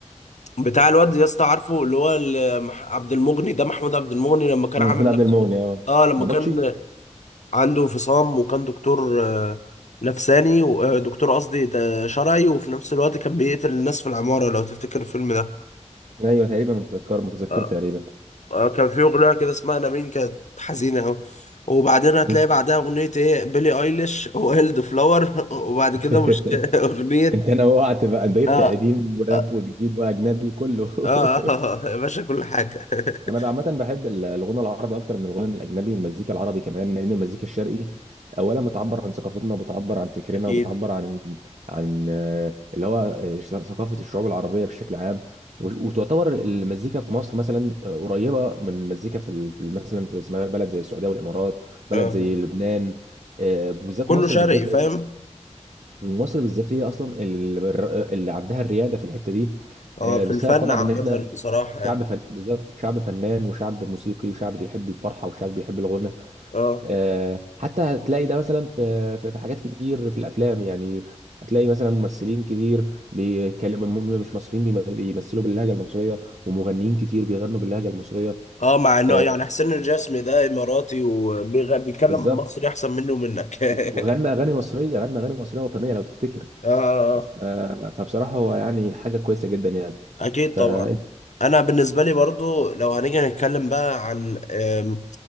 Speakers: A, on the left (about 75°); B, on the right (about 75°).
A: بتاع الواد يا اسطى عارفه اللي هو ال- مح- عبد المغني ده محمود عبد المغني لما كان
B: مم،
A: عامل
B: محمود عبد
A: نفسه
B: المغني اه
A: اه لما
B: نبطشي
A: كان عنده انفصام وكان دكتور آه، نفساني و- آه، دكتور قصدي ت- شرعي وفي نفس الوقت كان بيقتل الناس في العمارة لو تفتكر الفيلم ده
B: ايوه تقريبا متذكر متذكره
A: آه،
B: تقريبا
A: آه، كان في أغنية كده اسمها نابين كانت حزينة أوي وبعدين هتلاقي
B: جوف.
A: بعدها أغنية إيه بيلي أيليش وهيلد فلاور <laughs> وبعد
B: <laughs>
A: كده مش <laughs> أغنية
B: انت نوعت بقى انت جبت
A: آه
B: قديم وراب
A: آه
B: وجديد واجنبي وكله
A: آه آه،
B: <laughs>
A: يا باشا كل حاجة <laughs>
B: انا عامه بحب ال- الغنى العربي اكتر من الغنى الاجنبي والمزيكا العربي كمان لان المزيكا الشرقي اولا بتعبر عن ثقافتنا بتعبر عن فكرنا
A: أكيد
B: وبتعبر عن عن آه، اللي هو آه، ثقافه الشعوب العربيه بشكل عام وش- وتعتبر المزيكا في مصر مثلا آه، قريبه من المزيكا في ال- في ال- مثلا في اسمها بلد زي السعوديه والامارات بلد
A: آه
B: زي لبنان آه، بالذات
A: كله
B: مصر
A: شرقي
B: بالذات
A: فاهم
B: لأن مصر بالذات هي اصلا اللي, اللي عندها الرياده في الحته دي
A: آه
B: آه،
A: في
B: بسبب
A: الفن
B: طبعا
A: عامة
B: ان احنا
A: بصراحة يعني
B: شعب فن بالظبط شعب فنان وشعب موسيقي وشعب بيحب الفرحه وشعب بيحب الغنى
A: آه
B: آه حتى هتلاقي ده مثلا في في في حاجات كتير في الافلام يعني هتلاقي مثلا ممثلين كتير بيتكلموا هم مش مصريين بيم- بيمثلوا باللهجه المصريه ومغنيين كتير بيغنوا باللهجه المصريه
A: اه مع انه
B: آه
A: يعني حسين الجسمي ده اماراتي وبيتكلم
B: بالظبط
A: مصري احسن منه ومنك <laughs> اه
B: وغنى اغاني مصريه غنى اغاني مصريه وطنيه لو تفتكر
A: آه، آه.
B: ف- آه، فبصراحه هو يعني حاجه كويسه جدا يعني
A: اكيد
B: فانت
A: طبعا انا بالنسبه لي برضو لو هنيجي نتكلم بقى عن آم،